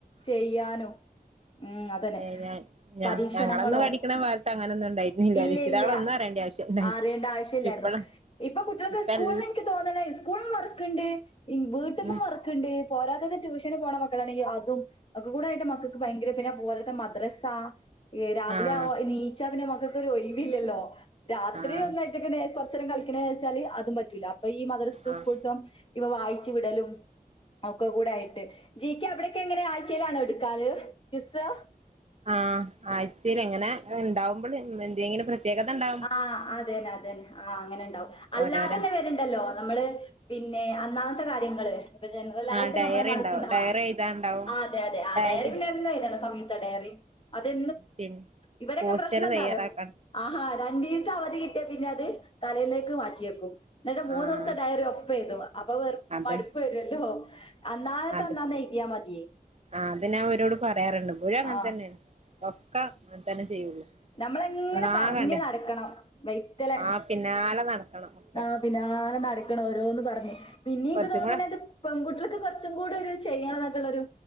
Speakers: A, on the left; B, on the right.
A: ചെയ്യാനും ഉം അതന്നെ
B: ഏഹ് ഞാ ഞാ
A: പരീക്ഷണങ്ങളോ
B: ഞങ്ങളൊന്നും പഠിക്കുന്ന കാലത്ത് അങ്ങനൊന്നും ഉണ്ടരുന്നില്ല.
A: ഇല്ല
B: രശിതകളൊന്നും
A: ഇല്ല
B: അറേണ്ട ആവശ്യം ഇണ്ടായി
A: അറിയേണ്ട ആവശ്യം ഇല്ലായിരുന്നു
B: ഇപ്പളാ
A: ഇപ്പൊ കുട്ടികൾക്കെ
B: ഇപ്പൽ
A: സ്കൂള എനിക്ക് തോന്നണേ സ്കൂളും വർക്ക്ണ്ട് വീട്ടിൽന്നും
B: ഉം
A: വർക്ക് ണ്ട് പോരാത്തത് ട്യൂഷന് പോണ മക്കളാണെങ്കിൽ അതും കൂടെയിട്ട് മക്കൾക്ക് ഭയങ്കര പിന്നെ പോരാത്ത ദ്രസ രാവിലെ
B: ആഹ്
A: ആ നീച്ച പിന്നെ മക്കൊക്കെ ഒരു ഒഴവില്ലല്ലോ രാത്രി
B: ആഹ്
A: ഒന്നായിട്ടൊക്കെ കുറച്ച നേരം കളിക്കണ വെച്ചാല് അതും പറ്റൂല്ല അപ്പൊ ഈ മദ്രസ
B: ആഹ്
A: സ്കൂളത്തം ഇപ്പ വായിച്ചു വിടലും ഒക്കെ കൂടെ ആയിട്ട് ജി കെ അവിടെയൊക്കെ എങ്ങനെ ആഴ്ചയിലാണോ എടുക്കാറ് ക്വിസ്
B: ആഹ് ആഴ്ചൽ എങ്ങനെ ഉണ്ടാവുമ്പോ എന്തെ പ്രത്കത ഉണ്ട
A: ആഹ് അത തന്നെ അതെന്നെ ആഹ് അങ്ങനെ ഉണ്ടാവും അല്ലാതെ
B: ഓരോരോ
A: തന്നെ വരു ല്ലോ നമ്മള് പിന്നെ അന്നാമത്തെ കാര്യങ്ങള് ഇപ്പൊ ജനറല
B: ആഹ്
A: ആയിട്ട്
B: ഡയറി
A: നമ്മള് നടക്കുന്ന
B: ഉണ്ടാവും ഡയറി
A: ആഹ്
B: എഴുതാണ്ടാവും
A: ആഹ് അതെ അതെ ആ
B: ഡയലി
A: ഡയറി പിന്നെ എന്ത ആതാണ് സമീത്ത ഡയറി അതെ
B: പിന്നെ
A: ഇവരൊക്കെ
B: പോസ്റ്റർ
A: പ്രശ്നം എന്താറിയോ
B: തയ്യാറാക്കാൻ
A: ആഹ് രണ്ടീസം അവധി കിട്ടിയ പിന്നെ അത് തലെന്നെക്ക് മാറ്റിവെക്കും എന്നിട്ട് മൂന്ന്
B: ആഹ്
A: ദിവസം ഡയറി ഒപ്പ എഴുതും അപ്പൊ വ
B: അതൻ
A: മടുപ്പ് വരുല്ലോ അന്നാന്ന ത്തെ
B: അത്
A: അന്നന്ന എഴുതിയ മതി
B: ആഹ് അത് ഞാൻ ഇവരോട് പറയാറുണ്ട് പുഴ അങ്ങനെ
A: ആ
B: തന്നെയ ഒക്ക അങ്ങന തന്നെ ചെയ്യുള്ളൂ
A: നമ്മള ഇങ്ങനെ
B: ഒന്നാകണ്ട്
A: പറഞ് നടക്കണം വൈത്തല
B: ആഹ് പിന്നാലെ നടക്കണം ഒക്കെ
A: ആഹ് പിന്നാലെ നടക്കണ ഓരോന്ന് പറഞ് പിന്നീ എനിക്ക്
B: കുറച്ചും
A: തോന്നണത്
B: കൂടെ
A: പെൺകുട്ടികൾക്ക് കുറച്ചും കൂടി ഒരു ചെയ്യണം എന്നൊക്കുള്ള ഒരു